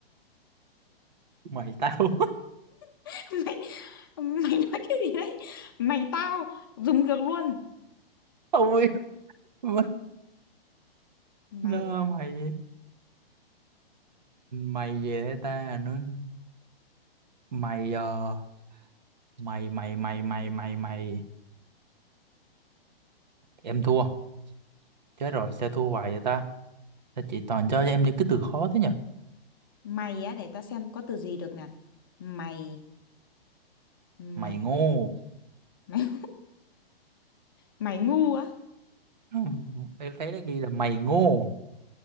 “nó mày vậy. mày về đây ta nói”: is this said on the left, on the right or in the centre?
Right